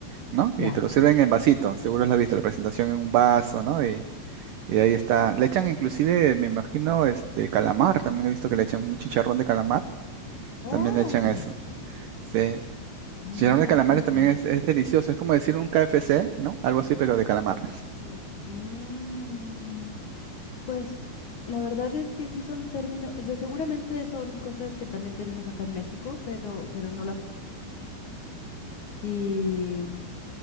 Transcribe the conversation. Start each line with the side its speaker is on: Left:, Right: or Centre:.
Right: ¿no? Y
Left: ya.
Right: te lo sirven en vasito, seguro lo has visto, la presentación en un vaso, ¿no? Y, y ahí está. Le echan inclusive, me imagino, este calamar, también he visto que le echan un chicharrón de calamar, también
Left: Órale.
Right: le echan eso. Sí,
Left: No,
Right: Chicharrón de calamares
Left: pues,
Right: también
Left: eh,
Right: es, es delicioso, es como decir un KFC, ¿no? Algo así, pero de calamar.
Left: ujú, ujú. Pues la verdad es que sí son términos, o sea, seguramente son cosas que también tenemos acá en México, pero, pero no las... Y,